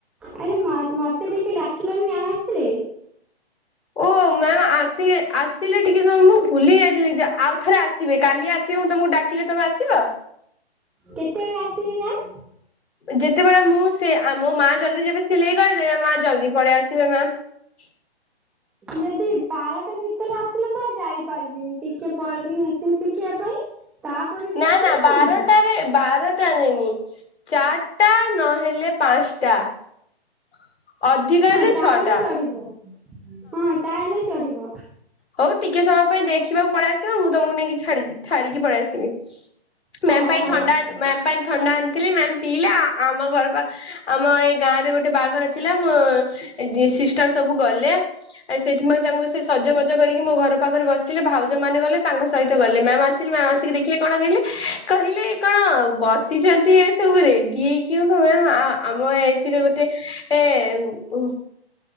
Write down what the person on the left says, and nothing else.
ଓ ମେମ ଆ, ଆସି, ଆସିଲେ ଟିକେ ସମୟ ମୁଁ ଭୁଲି ଯାଇଥିଲି ଯେ ଆଉଥରେ ଆସିବେ, କାଲି ଆସିବେ ମୁଁ ତମକୁ ଡାକିଲେ ତମେ ଆସି, ଚ
ଯେତେବେଳେ ମୁଁ ସେ ଆମ ମା, ଜଲଦି ଯେବେ ସିଲେଇ କରିଦେବେ, ମା ଜଲଦି ପଳେଇ ଆସିବେ ମ୍ୟାମ।
ନା
ନା ବାରଟାରେ
ବାର । ଟାରେ ନି, ଚାର୍ଟା ନହେଲେ ପାଞ୍ଚ । ଟା। ଅର୍ଧକ
ହେଲେ
ଛଅଟା
ହଉ ଟିକେ ସମୟ ପାଇଁ ଦେଖିବାକୁ ପଳେଇ ଆଶିବ ମୁଁ ତମକୁ ନେଇକି ଛାଡ଼ି ଛାଡିକି ପଳେଇ ଆସିବି।
ମେମ୍ ପାଇଁ
ଥଣ୍ଡା ଆଣ ମେମ୍ ପାଇଁ ଥଣ୍ଡା ଆଣିଥିଲି ମେମ୍ ଟିଲା। ଆମ ଘର ପା ଆମ ଏଇ ଗାଁ ରେ ଗୋଟେ। ଗୋଟେ ବାହାଘର ଥିଲା ମୋ ସିଷ୍ଟର ସବୁ ଗଲେ। ଏ ସେଥିପାଇଁ ତାଙ୍କୁ ସେ ସଜବାଜ୍ ବାଜ କରିକି ମୋ ଘର ପାଖରେ ବସିଥିଲେ। ଭାଉ ଜ ମାନେ ଗଲେ ତାଙ୍କ ସହିତ ଗଲେ ମ୍ୟାମ୍ ଆସିଲେ ମ୍ୟାମ ଆସିକି ଦେଖିଲେ କଣ କହେ କହିଲେ କଣ ବସିଛନ୍ତି ଏ ସବୁରେ କିଏ କିଓ ତମେ ମା ଆମ ଏଇଥିରେ ଗୋଟେ ଗୋଟେ ଉ